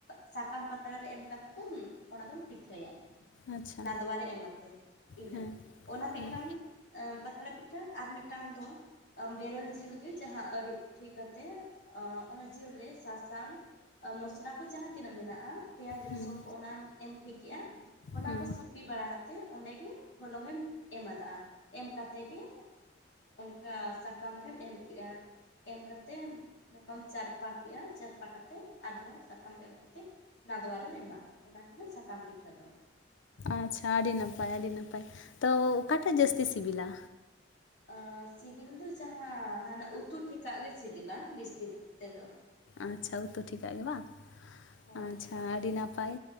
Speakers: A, on the left; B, on the left.
A: ᱥᱟᱠᱟᱢ ᱯᱟᱛᱲᱟ ᱨᱮ ᱮᱢ ᱠᱟᱛᱮ ᱵᱚᱱ ᱚᱱᱟ ᱵᱚᱱ ᱯᱤᱴᱷᱟᱹᱭᱟ
B: ᱟᱪᱪᱷᱟ
A: ᱱᱟᱫᱽᱣᱟᱨᱮ ᱮᱢᱟᱯᱮ ᱤᱱᱟᱹ
B: ᱦᱮᱸ
A: ᱚᱱᱟ ᱢᱤᱫᱴᱟᱝ
B: ᱦᱮᱸ
A: ᱚ ᱯᱟᱛᱲᱟ ᱯᱤᱴᱷᱟᱹ ᱟᱨ ᱢᱤᱫᱴᱟᱱ ᱫᱚ ᱵᱮᱨᱮᱞ ᱡᱤᱞ ᱜᱮ ᱡᱟᱦᱟᱸ ᱟᱹᱨᱩᱵ ᱴᱷᱤᱠ ᱠᱟᱛᱮ ᱚᱸ ᱚᱱᱟ ᱡᱤᱞᱨᱮ ᱥᱟᱥᱟᱝ ᱢᱚᱥᱞᱟ ᱠᱚ ᱡᱟᱦᱟᱸ ᱛᱤᱱᱟᱹᱜ ᱢᱮᱱᱟᱜᱼᱟ ᱯᱮᱸᱭᱟᱡᱽ ᱨᱟᱹᱥᱩᱱ
B: ᱦᱩᱸ
A: ᱠᱚ ᱚᱱᱟᱢ ᱮᱢ ᱴᱷᱤᱠ ᱮᱼᱟ ᱚᱱᱟ
B: ᱦᱩᱸ
A: ᱠᱚ ᱥᱤᱯᱤ ᱵᱟᱲᱟ ᱛᱮ ᱚᱸᱰᱮᱜ ᱜᱮ ᱦᱚᱞᱚᱝ ᱮᱢᱟᱫᱟᱼᱟ᱾ ᱮᱢ ᱠᱟᱛᱮ ᱜᱮ ᱚᱱᱠᱟ ᱥᱟᱠᱟᱢ ᱨᱮᱢ ᱮᱢ ᱠᱮᱜᱼᱟ. ᱮᱢ ᱠᱟᱛᱮ ᱱᱚᱝᱠᱟᱢ ᱪᱟᱨᱯᱟ ᱠᱮᱼᱟ ᱪᱟᱨᱯᱟ ᱠᱟᱛᱮ ᱟᱫᱲᱚ ᱥᱟᱠᱟᱢ ᱮᱢ ᱠᱟᱛᱮ ᱱᱟᱫᱚᱣᱟ ᱨᱮᱢ ᱮᱢᱟ ᱚᱱᱟ ᱠᱟᱱᱟ ᱥᱟᱠᱟᱢ ᱯᱤᱴᱷᱟᱹ ᱫᱚ
B: ᱟᱪᱪᱷᱟ ᱟᱹᱰᱤ ᱱᱟᱯᱟᱭ ᱟᱹᱰᱤ ᱱᱟᱯᱟᱭ ᱛᱚ ᱚᱠᱟᱴᱟᱜ ᱡᱟᱹᱥᱛᱤ ᱥᱤᱵᱤᱞᱟ?
A: ᱟ ᱥᱤᱵᱤᱞ ᱫᱚ ᱡᱟᱦᱟᱸ ᱦᱟᱱᱟ ᱩᱛᱩ ᱴᱷᱤᱠᱟᱼᱜ ᱜᱮ ᱥᱤᱵᱤᱞᱟ ᱵᱮᱥ ᱴᱷᱤᱠ ᱛᱮᱫᱚ
B: ᱟᱪᱷᱟ ᱩᱛᱩ ᱴᱷᱤᱠᱟᱜ ᱜᱮ ᱵᱟᱝ
A: ᱦᱚᱸ
B: ᱟᱪᱷᱟ ᱟᱹᱰᱤ ᱱᱟᱯᱟᱭ᱾